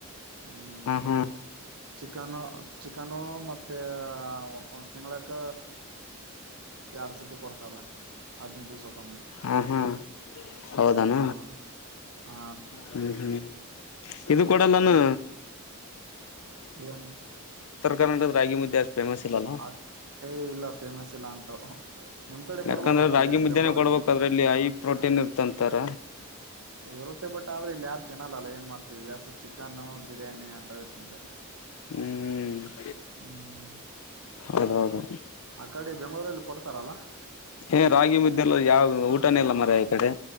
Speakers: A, on the right; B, on the left.
A: ಹ್ಮ್
B: ಹಾ
A: ಚಿಕನು ಚಿಕನು ಮತ್ತೆ ಒಂದು ತಿಂಗಳಕ್ಕ ಎರಡ್ ಸತಿ ಕೊಡ್ತಾರ್ರೀ ಹದ್ನೈದು ದಿವ್ಸಕ್ಕೊಮ್ಮೆ
B: ಹಾ ಹಾ ಹೌದಾನ
A: ಹ ಹಾ ರೀ
B: ಹ್ಮ್ ಹ್ಮ್ ಇದು ಕೊಡಲ್ಲಾನು
A: ಏನ್
B: ಕರ್ನಾಟಕದ ರಾಗಿ ಮುದ್ದೆ ಅಷ್ಟು ಫೇಮಸ್ ಇಲ್ಲಲ್ಲ
A: ಆ ಇಲ್ಲ ಫೇಮಸ್ ಇಲ್ಲ ಅಂತವು ನಿಮ್ ಕಡೆ
B: ಯಾಕಂದ್ರೆ
A: ಕೊಡ್ಬೋದಲ್ಲ
B: ರಾಗಿ
A: ಅಲ್ಲೇ
B: ಮುದ್ದೆನೆ
A: ಬೆಂಗ್ಗಳೂರಲ್ಲಿ
B: ಕೊಡ್ಬೇಕ ಅದ್ರಲ್ಲಿ ಹೈ ಪ್ರೋಟೀನ್ ಇರ್ತಂತಾರ
A: ಇರುತ್ತೆ ಬಟ್ ಆದ್ರೆ ಇಲ್ಲಿ ಯಾರ್ ತಿನಲ್ಲಲ್ಲ ಏನ್ ಮಾಡ್ತೀನ ಜಾಸ್ತಿ ಚಿಕನ್ನು ಬಿರಿಯಾನಿ ಅಂತೇ ತಿಂತಾರೆ
B: ಹ್ಮ್
A: ಹ್ಮ್
B: ಹೌದೌದು
A: ಆ ಕಡೆ ಬೆಂಗ್ಗಳೂರಲ್ಲಿ ಕೊಡ್ತಾರಲ್ಲ <inaudible>
B: ಹೇ ರಾಗಿ ಮುದ್ದೆಲ್ಲ ಯಾವ್ ಊಟನೆ ಇಲ್ಲಮಾರಾಯ ಕಡೆ